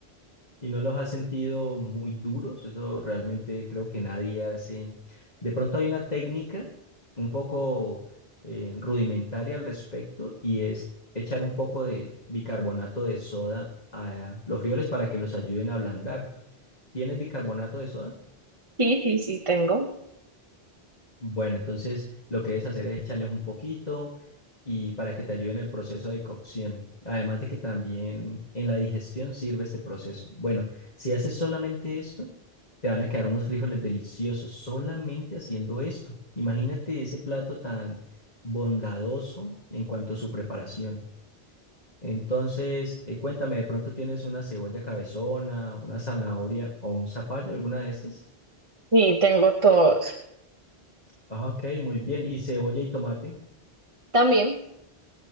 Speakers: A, on the left (about 40°); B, on the right (about 30°).
A: ¿Y no los has sentido muy duros? Eso realmente creo que nadie hace. De pronto hay una técnica un poco eh, rudimentaria al respecto y es echar un poco de bicarbonato de soda a los frijoles para que los ayuden a ablandar. ¿Tienes bicarbonato de soda?
B: Sí, sí, sí, tengo.
A: Bueno, entonces lo que debes hacer es echarles un poquito y para que te ayude en el proceso de cocción. Además de que también en la digestión sirve este proceso. Bueno, si haces solamente esto, te van a quedar unos frijoles deliciosos solamente haciendo esto. Imagínate ese plato tan bondadoso en cuanto a su preparación. Entonces, eh, cuéntame, ¿de pronto tienes una cebolla cabezona, una zanahoria o un zapallo, alguna de estas?
B: Sí, tengo todos.
A: Ah, Ok, muy bien. ¿Y cebolla y tomate?
B: También,